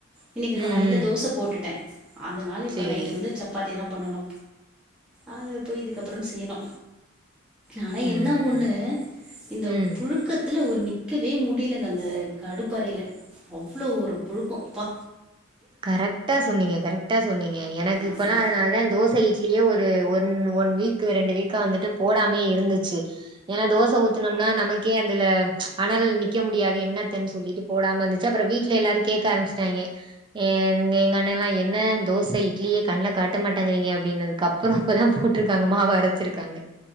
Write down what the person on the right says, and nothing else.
ம் ம்
சேரி
ம்
ம்
கரெக்டா சொன்னீங்க கரெக்டா சொன்னீங்க எனக்கு இப்பெல்லா
அதனால தா தோ ச இட்லியே ஒரு ஒன் ஒன் வீக்கு ரெண்டு வீக்கா வந்துட்டு போடாமே இருந்துச்சு ஏனா தோச ஊத்தனம்னா நமக்கே அதுல அனல்ல நிக்க முடியாது என்னத்தன் சொல்லிட்டு போடாம இருந்துச்சு அப்றோ வீட்ல எல்லாரு கேக்க ஆரம்பிச்சிட்டாங்க எங் எங்க அண்ணலா என்ன தோச இட்லியே கண்ணல காட்ட மாட்டாங்கறீங்க அப்டினதுக்கப் றோ இப்பதா போட்ருக்காங்க மாவ அரச்சிருக்காங்க